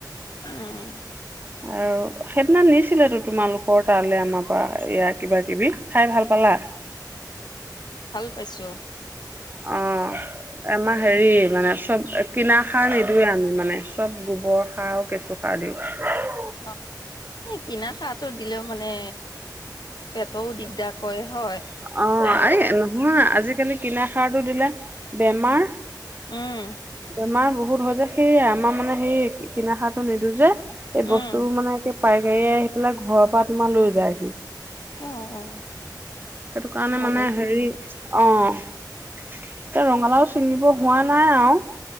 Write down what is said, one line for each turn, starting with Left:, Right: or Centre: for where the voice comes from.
Left: উম।
Right: আৰু সেইদিনা নিছিলেতো তোমালোকৰ তালৈ আমাৰ পৰা এয়া কিবা কিবি, খাই ভাল পালা?
Left: পইছোঁ।
Right: অ', আমা হেৰি মানে চব কিনাাৰ সাৰ নিদওঁৱে আমি মানে চব গোবৰ সাৰ আৰু কেঁচুসাৰ দিওঁ।
Left: অ', এই কিনা খাৰটো দিলেও মানে পেটও দিগদাৰ কৰে হয়।
Right: অ',
Left: আৰু
Right: এই নহয় আজিকালি কিনা খাৰটো দিলে বেমাৰ
Left: উম
Right: বেমাৰ বহুত ঘৰ যে সেই আমাৰ মানে সেই কিনা সাৰটো নিদো যে এই
Left: উম
Right: বস্তুৰ মানে পাইকাৰীয়ে আহি পেলাই ঘৰৰ পৰা তোমাৰ লৈ যায়হি।
Left: অ', অ'।
Right: সেইটো কাৰণে
Left: ভালে
Right: মানে
Left: কৰিছা
Right: হেৰি অ'। এতিয়া ৰঙালাও ছিঙিব হোৱা নাই আও।